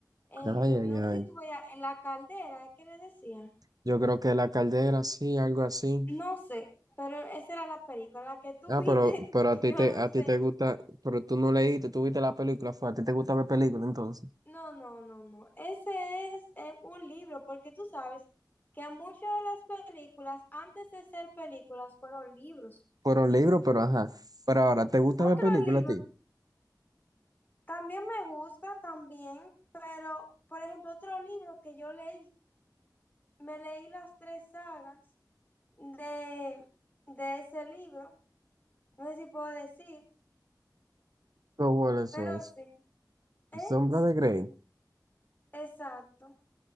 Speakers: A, on the left; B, on the right.
A: en,
B: Ay, ay,
A: no
B: ay.
A: sé si tú veías, en la caldera, es que le decían.
B: Yo creo que la caldera, sí, algo así.
A: No sé, pero esa era la película la que tú
B: Ah,
A: viste,
B: pero, pero
A: <laughs>
B: a ti
A: yo
B: te,
A: no
B: a
A: sé.
B: ti te gusta, pero tú no leíste, tú viste la película, fue, a ti te gusta ver películas entonces.
A: No, no, no, no. Ese es eh, un libro, porque tú sabes que muchas de las películas, antes de ser películas, fueron libros.
B: Fueron libros, pero ajá. Pero ahora, ¿te gusta
A: Otro
B: ver películas
A: libro,
B: a ti?
A: también me gusta, también, pero, por ejemplo, otro libro que yo leí me leí las tres sagas de, de ese libro. No sé si puedo decir,
B: Pero bueno, eso
A: pero
B: es.
A: sí. ¿Eh?
B: Sombra de Grey.
A: Exacto.